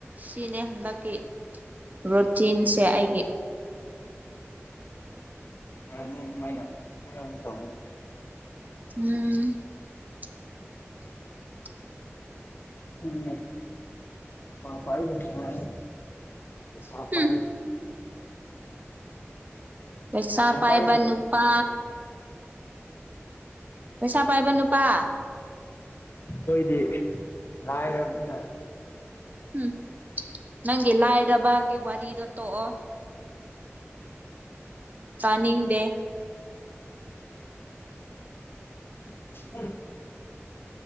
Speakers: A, on the right (about 35°); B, on the left (about 50°).
A: ꯁꯤꯅꯦ ꯍꯟꯗꯛꯀꯤ ꯔꯨꯇꯤꯟꯁꯦ ꯑꯩꯒꯤ
B: ꯌꯥ ꯃꯥꯏꯩꯅ ꯇ
A: ꯎꯝ <unintelligible>
B: ꯎꯝ ꯁꯥꯄ ꯀ ꯁꯥꯄ
A: ꯍꯨꯝ ꯄꯩꯁꯥ
B: ꯁꯐꯥꯏ
A: ꯄꯥꯏꯕ ꯅꯨꯄꯥ ꯄꯁ ꯄꯥꯏꯕ ꯅꯨꯄꯥ
B: ꯁꯣꯏꯗꯤ ꯂꯔꯅꯤꯅ
A: ꯎꯝ ꯅꯪꯒꯤ ꯂꯥꯏꯔꯕꯒꯤ ꯋꯥꯔꯤꯗ ꯇꯣꯑꯣ ꯇꯥꯅꯤꯡꯗꯦ
B: ꯎꯝ